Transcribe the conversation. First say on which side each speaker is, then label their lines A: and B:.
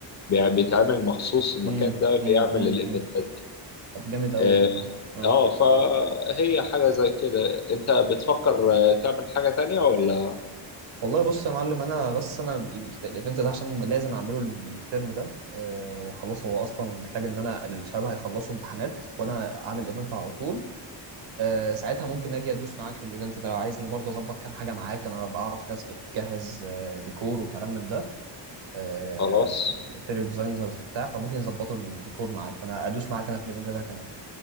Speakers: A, on the left; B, on the right.
A: بيع- بيتعمل مخصوص المكان
B: امم
A: ده بيعمل
B: امم امم
A: الايفنتات دي
B: طب جامد قوي
A: اه
B: والله اه
A: آه، فهي حاجة زي كده انت بتفكر آه، تعمل حاجة تانية ولا
B: والله بص يا معلم انا بس انا محتاج الايفنت ده عشان لازم اعمله الترم ده آه، وخلاص هو اصلا محتاج ان انا الشباب هيخلصوا امتحانات وانا اعمل ايفنت على طول آه، ساعتها ممكن اجي ادوس معاك في الايفنت ده لو عايزني برضه اظبط كام حاجه معاك انا بعرف ناس بتجهز آه، ديكور وكلام من ده أه
A: خلاص
B: انتيريور ديزاينرز بتاع فممكن يظبطوا الديكور معاك فانا ادوس معاك انا في الايفنت ده كمان